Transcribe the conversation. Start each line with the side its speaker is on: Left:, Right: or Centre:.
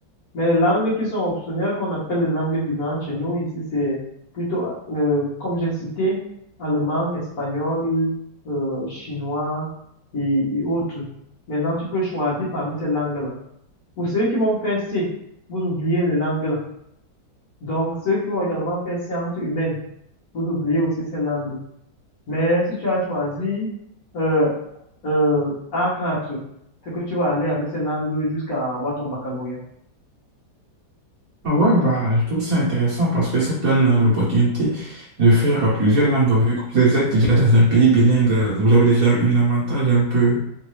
Left: Mais les langues qui sont optionnelles, qu'on appelle les langues vivantes chez nous, ici, c'est plutôt, euh, comme j'ai cité, allemand, espagnol, euh, chinois et, et autres. Maintenant, tu peux choisir parmi ces langues-là. Pour ceux qui vont faire C, vous oubliez les langues-là. Donc, ceux qui vont également faire sciences humaines, vous oubliez aussi ces langues. Mais si tu as choisi euh, euh, A4, c'est que tu vas aller avec ces langues jusqu'à avoir ton baccalauréat.
Right: Ah Ouais, bah, je trouve ça intéressant parce que ça vous donne euh, l'opportunité de faire euh, plusieurs langues. Vu que vous êtes déjà dans un pays bilingue, euh, vous avez déjà un avantage un peu